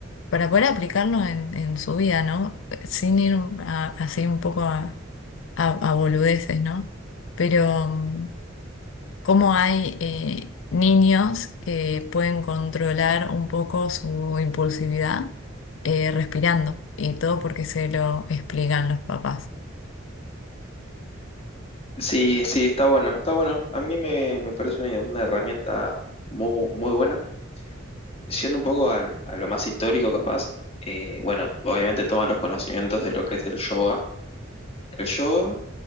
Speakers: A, on the left (about 65°); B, on the left (about 30°).
A: para poder aplicarlo en, en su vida, ¿no? Sin ir a- así un poco a, a, a boludeces, ¿no? Pero... mm, cómo hay eh, niños que pueden controlar un poco su impulsividad eh, respirando y todo porque se lo explican los papás.
B: Sí, sí, está bueno, está bueno. A mí me, me parece una, una herramienta muy, muy buena. siendo un poco al- a, lo más histórico capaz, eh, bueno, obviamente toma los conocimientos de lo que es el yoga. El yoga